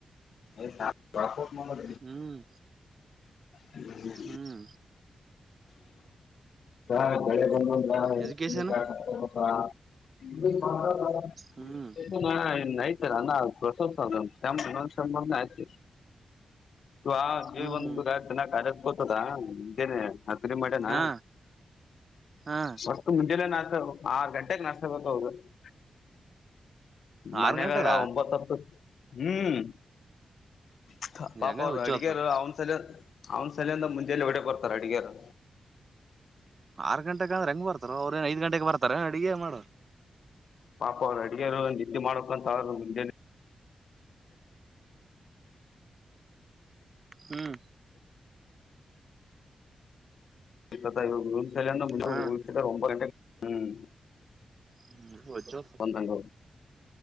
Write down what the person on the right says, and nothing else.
ಹ್ಮ್
ಹ್ಮ್
ಎಜುಕೇಶನ್
ಹ್ಮ್ <inaudible>
ಹ್ಮ್
ಹ್ಮ್
ಹಾ ಹಾ
ಆರು ಗಂಟೆಗ
ಹೆಂಗ
ಉಜ್ಜು
ಆತಪ್ಪ
ಆರ್ ಗಂಟೆಗೆ ಅ್ರ ಹಂಗ ಬರ್ತಾರ ಅವ್ರ ಐದ ಗಟೆಗೆ ಬರ್ತಾರೆ ಅಡಗೆ ಮಾಡ
ಹ್ಮ್
ಹಾ
ಹ್ಮ್ ಹ